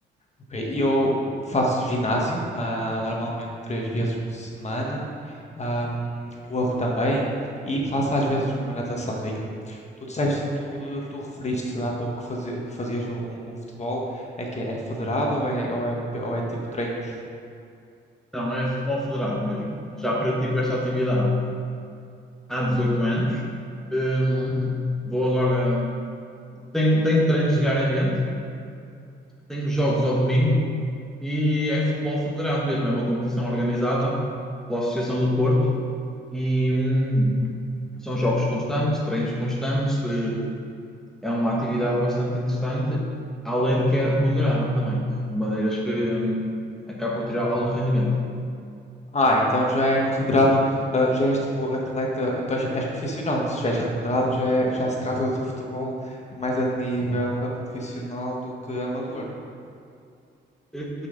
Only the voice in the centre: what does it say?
Não, é futebol federado mesmo. Já pratico esta atividade há 18 anos. Hum, vou agora. Tenho, tenho treinos diariamente, tenho jogos ao domingo e é futebol federado mesmo. É uma competição organizada pela Associação do Porto e hum, são jogos constantes, treinos constantes. eh, É uma atividade bastante interessante, além de que é remunerada também, de maneiras que hum, acaba por tirar algum rendimento.
eh,